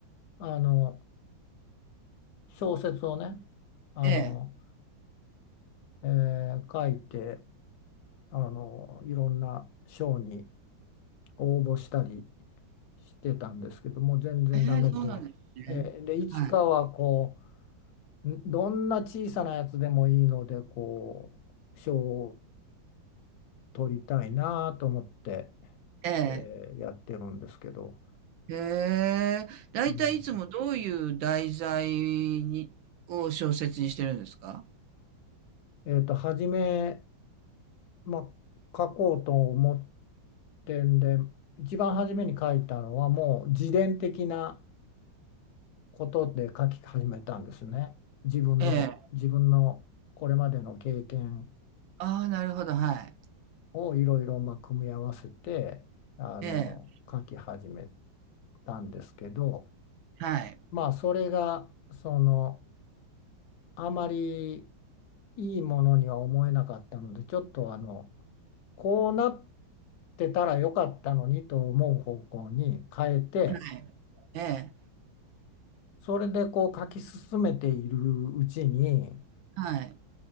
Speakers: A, on the left; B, on the right.
A: あの、小説をね、あの、
B: ええ、
A: ええ書いて、あの、いろんな賞に、応募したりしてたんですけども全然ダメで、
B: ええ、そうなんですね。
A: えーでいつかはこ
B: はい。
A: うんどんな小さなやつでもいいのでこう賞を取りたいなと思って、
B: ええ。
A: えーやってるんですけど、
B: へえ、だいたいいつもどういう題材に、
A: うん
B: を小説にしてるんですか
A: えーと初め、まあ、書こうと思ってんで一番初めに書いたのはもう自伝的なことで書き始めたんですね。自分の自分のこれまでの経験
B: ええ。ああ、なるほど、はい。
A: をいろいろまあ組み合わせてあの書き始め
B: ええ、
A: たんですけど、
B: はい、
A: まあそれがそのあまりいいものには思えなかったので、ちょっとあのこうなってたらよかったのにと思う方向に変えて、
B: はい、ええ、
A: それでこう書き進めているうちに、
B: はい、